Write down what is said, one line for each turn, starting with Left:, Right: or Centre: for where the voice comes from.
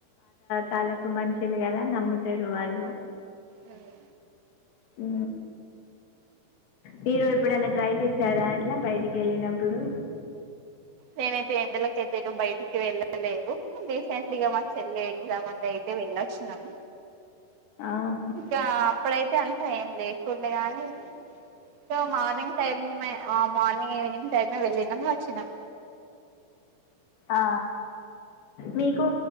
Left: కాలపు మనుషులు కదా నమ్ముతరు వాళ్ళు
Right: హలో
Left: ఉ మీరు ఎప్పుడన్నా ట్రై చేశారా ఇట్లా బయటికి వెళ్ళినప్పుడు
Right: నేనైతే ఎండలకయితే ఏటు బయటికి వెళ్ళలేదు రీసెంట్లీగా మా చెల్లి ఎగ్జామ్ ఉండే అయితే వెళ్ళొచ్చినం
Left: ఆహా.
Right: ఇంకా అప్పుడైతే అంత ఏం లేకుండే గానీ so morning time morning evening time వెళ్ళిన వచ్చినం
Left: ఆ మీకు